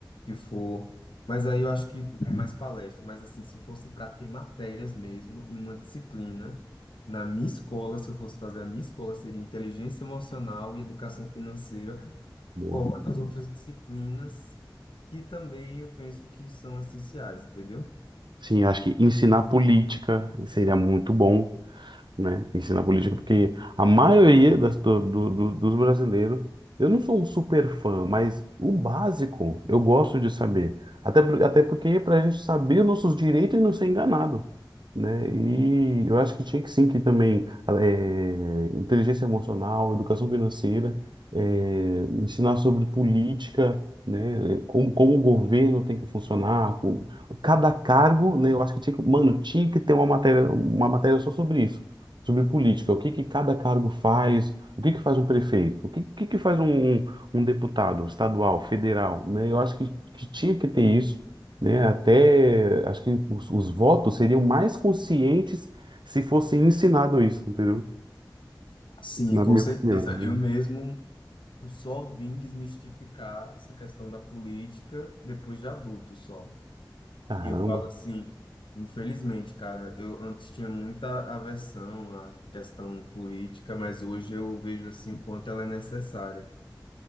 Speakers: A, on the left; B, on the right.
A: que for. Mas aí eu acho que é mais palestra. Mas assim, se fosse para ter matérias mesmo em uma disciplina, na minha escola, se eu fosse fazer a minha escola, seria inteligência emocional e educação financeira,
B: Boa.
A: fora as outras disciplinas que também eu penso que são essenciais, entendeu?
B: Sim, acho que ensinar política seria muito bom. né, ensina política, porque a maioria das, do- do- do- dos brasileiros, eu não sou um super fã, mas o básico eu gosto de saber. Até, por- até porque para a gente saber os nossos direitos e não ser enganado, né? E eu acho que tinha que sim, que também eh, inteligência emocional, educação financeira, eh, ensinar sobre política, né? Como, como o governo tem que funcionar, como- cada cargo, né? Eu acho que tinha que, mano, tinha que ter uma matéria, uma matéria só sobre isso sobre política, o que que cada cargo faz, o que que faz um prefeito, o que que, que faz um, um, um deputado estadual, federal, né? Eu acho que, que tinha que ter isso, né? Até acho que os, os votos seriam mais conscientes se fosse ensinado isso, entendeu?
A: Sim,
B: Na
A: com
B: minha
A: certeza.
B: opinião.
A: Eu mesmo só vim desmistificar essa questão da política depois de adulto só.
B: Caramba,
A: E eu falo assim, infelizmente, cara, eu antes tinha muita aversão à questão política, mas hoje eu vejo assim o quanto ela é necessária.